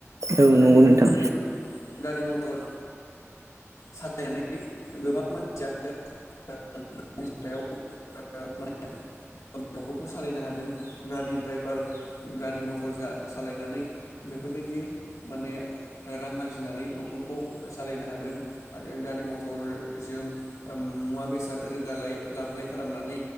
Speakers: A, on the right; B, on the left.
A: औ
B: आरो
A: नंगौ
B: बेनि
A: नोंथां
B: अनगायैबो गारि मथर सालायनानै गोबां मानसियानो <inaudible> सायाव ओ माने गावनि न'खरखौ सालायनो हादों गारि ड्राइभार गारि मथर जा सालायनानै बेफोरबायदि माने ओ रां आरजिनानै न'खरखौ सालायनो हादों आरो गारि मथरजों ओ मुवा बेसाद रोगालाय। लाबोलाय खालामनानै